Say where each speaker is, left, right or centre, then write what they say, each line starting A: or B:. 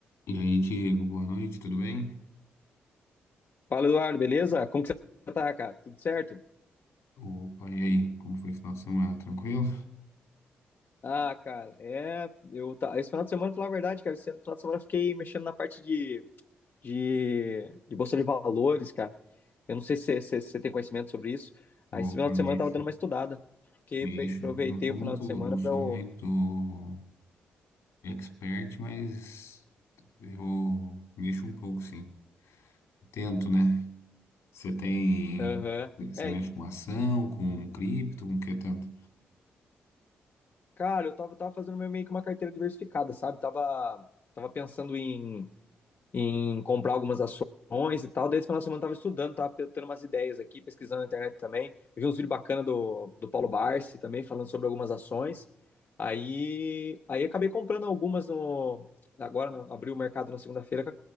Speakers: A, on the left; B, on the left.
A: E aí, Diego, boa noite, tudo bem?
B: Fala, Eduardo, beleza? Como que você tá, cara? Tudo certo?
A: Opa, e aí, como foi o final de semana? Tranquilo?
B: Ah, cara, é. Eu tá. Esse final de semana, falar a verdade, cara, esse final de semana eu fiquei mexendo na parte de, de, de Bolsa de Valores, cara. Eu não sei se se- se você tem conhecimento sobre isso. Aí
A: Opa,
B: esse final de
A: mexo,
B: semana eu tava dando uma estudada. Porque
A: mexo.
B: pe- aproveitei
A: Não sou
B: o
A: muito,
B: final de semana
A: não sou
B: pra eu.
A: muito expert, mas eu mexo um pouco, sim. Tento, né? Você tem,
B: Aham.
A: você
B: É,
A: mexe com ação, com cripto, com que tanto?
B: cara, eu tava, tava fazendo meio meio que uma carteira diversificada, sabe? Tava, tava pensando em. em comprar algumas ações e tal. Daí esse final de semana eu tava estudando, tava tendo umas ideias aqui, pesquisando na internet também. Eu vi uns vídeos bacanas do, do Paulo Barsi também, falando sobre algumas ações. Aí, aí acabei comprando algumas no. Agora no, abriu o mercado na segunda-feira,